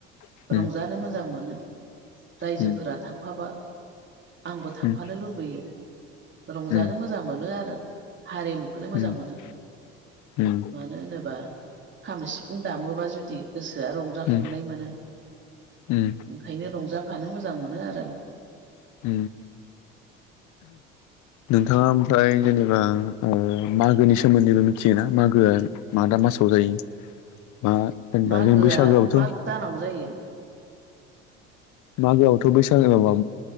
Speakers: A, on the left (about 65°); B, on the right (about 35°).
A: उम
B: रंजानो मोजां मोनो रायजोफोरा
A: उम
B: थाफाबा आंबो थांफानो
A: उम उम
B: लुबैयो रंजानो
A: उम
B: मोजां मोनो आरो आं। हारिमुखौनो मोजां
A: उम
B: मोनो
A: उम
B: मानो होनोबा खामो सिफुं दामोबा जुदि गोसोआ रंजाखांनाय
A: उम
B: मोनो।
A: उम
B: ओंखायनो रंजाफानो मोजां मोनो आरो आं।
A: <inaudible> नोंथाङा ओमफ्राय जेनेबा मागोनि सोमोन्दैबो मिथियोना मागोआ मादा मासाव जायो बा होनेनबा
B: मागोआ
A: जों बैसागोआवथ'
B: माग दानाव जायो
A: मागोआवथ' बैसागो माबा